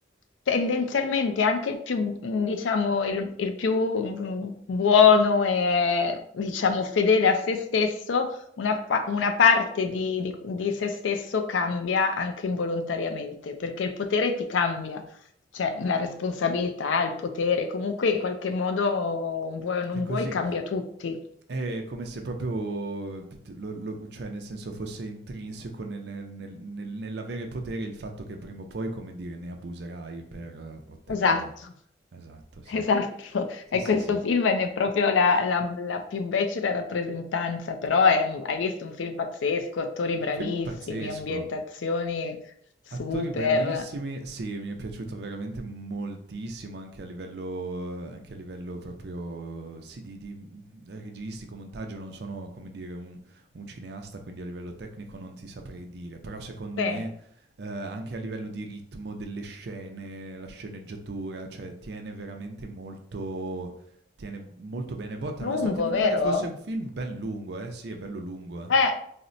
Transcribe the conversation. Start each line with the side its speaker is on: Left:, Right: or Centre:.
Left: tendenzialmente anche il più, mm, diciamo, il, il più mm, buono e diciamo fedele a se stesso una, pa- una parte di, di- di se stesso cambia anche involontariamente, perché il potere ti cambia, cioè la responsabilità, il potere, comunque in qualche modo vuoi o non
Right: è così.
Left: vuoi cambia tutti.
Right: È come se proprio, t- lo- lo- cioè nel senso fosse intrinseco nel- nel- nel- nel- nell'avere potere il fatto che prima o poi, come dire, ne abuserai per eh, ottenere...
Left: Esatto. <laughs>
Right: Esatto, sì.
Left: Esatto,
Right: Sì,
Left: e
Right: sì,
Left: questo
Right: sì.
Left: film è proprio la, la- la più becera rappresentanza, però è- hai visto un film pazzesco, attori bravissimi,
Right: Film pazzesco.
Left: ambientazioni super.
Right: Attori bravissimi, sì, mi è piaciuto veramente moltissimo anche a livello, ehm, anche a livello proprio, sì, di di mhmm, registico, montaggio, non sono, come dire, un un cineasta, quindi a livello tecnico non ti saprei dire, però secondo
Left: Sì,
Right: me, ehm, anche a livello di ritmo delle scene, la sceneggiatura, cioè tiene veramente molto tiene molto bene botta, nonostante
Left: lungo,
Right: mi
Left: vero?
Right: pare fosse un film bel lungo, eh, sì, è bello lungo, eh.
Left: Eh.